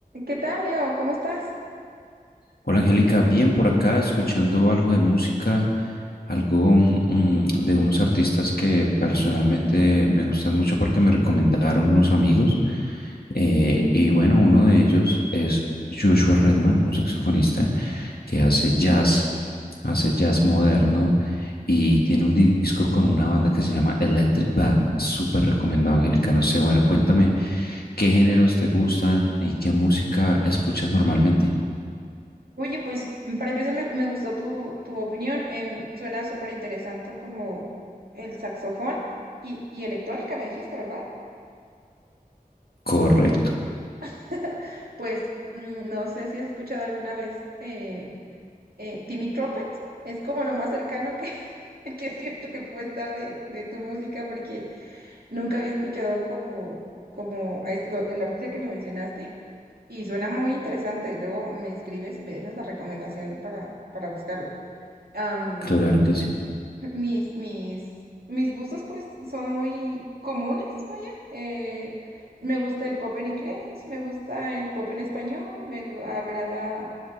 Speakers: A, on the right; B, on the left.
A: ¿Qué tal, Leo? ¿Cómo estás?
B: Hola Angélica, bien por acá escuchando algo de música, algo mm, mm, de unos artistas que personalmente me gustan mucho porque me recomendaron unos amigos. Eh, y bueno, uno de ellos es Joshua Redman, un saxofonista que hace jazz, hace jazz moderno y tiene un disco con una banda que se llama Electric Band. Súper recomendado, Angélica. No sé, bueno, cuéntame qué géneros te gustan y qué música escuchas normalmente.
A: Oye, pues para empezar me, me gustó tu, tu opinión. em, suena súper interesante como el saxofón y, y electrónica, me dijiste, ¿verdad?
B: Correcto.
A: <laughs> Pues mm, no sé si has escuchado alguna vez eh, eh, Timmy Trumpet. Es como lo más cercano que, <laughs> que siento que puede estar de, de tu música porque nunca había escuchado como, como es lo- el artista que me mencionaste y suena muy interesante. Luego me escribes y me dejas la recomendación para, para buscarlo. am,
B: Claro que sí.
A: mis, mis, mis gustos pues son muy comunes, vaya. eh, me gusta el pop en inglés, me gusta el pop en español, me agrada